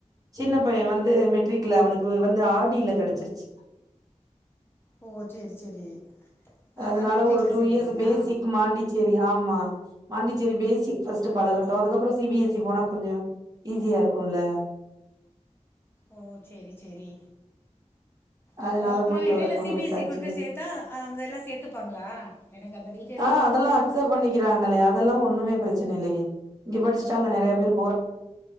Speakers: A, on the right (about 30°); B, on the left (about 20°).
A: சின்ன பைய வந்து மெட்ரிக்ல அவனுக்கு வந்து ஆவடில கேடைச்சிருச்சி
B: ஓ சரி சரி அதனால்
A: அதனால
B: மெட்ரிக்கில்
A: ஒரு டூ
B: சேர்த்துட்டிங்களா
A: இயர்ஸ் பேசிக் மாண்டி சேரி ஆமா பாண்டிச்சேரி பேசிக்ஸ்
B: ம்
A: பழகட்டும்
B: ம்.
A: அதுக்கப்றோ சி பி எஸ் இ போனா கொஞ்சோ ஈஸியா இருக்கும்ல
B: ஓ சேரி சேரி அ
A: அதனால
B: அப்பறோ
A: போயிட்டு
B: எடையில
A: வரட்டுன்னு
B: சி பி
A: விட்டாச்சு
B: எஸ் சி கொண்டு போய் சேத்த தா அங்க எல்லா சேத்துப்பாங்களா எனக்கு அந்த டி
A: ஆ அதெல்லா அக்சப்ட் பண்ணிக்கிறாங்களே அதெல்லா ஒண்ணுமே பிரச்சன இல்லையே இங்க படிச்சட்டு அங்க நெறயா பேரு